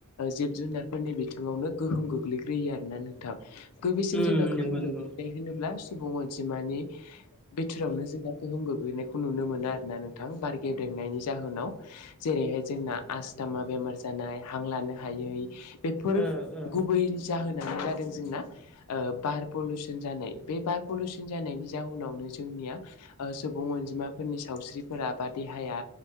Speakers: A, on the left; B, in the centre.
A: जिब जुनारफोरनि बिथिङावनो गोहोम गोहोम गोग्लैग्रोयो आरो ना नोंथां बसिन
B: उम
A: जोंना
B: नंगौ
A: गोहोम
B: नंगौ
A: गोग्लैनाय होनोब्ला सुबुं अनजिमानि बिथोरावनो जोंना गोहोम गोग्लैनायखौ नुनो मोनो आरो ना नोंथां बार गेब्रेंनायनि जाहोनाव जेरैहाय जोंना आस दामा बेमार जानाय हां लानो हायै बेफोर
B: ओ ओ
A: गुबै जाहोनानो जादों जोंना बार पलिउसन जानाय बे बार पलिउसन जानायनि जाउनावनो जोंनिया सुबुं अनजिमाफोरनि सावस्रिफोरा बा देहाया